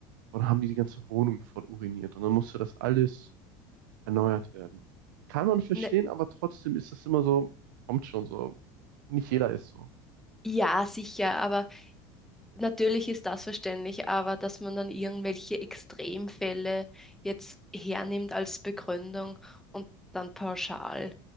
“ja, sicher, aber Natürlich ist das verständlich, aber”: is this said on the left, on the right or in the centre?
Centre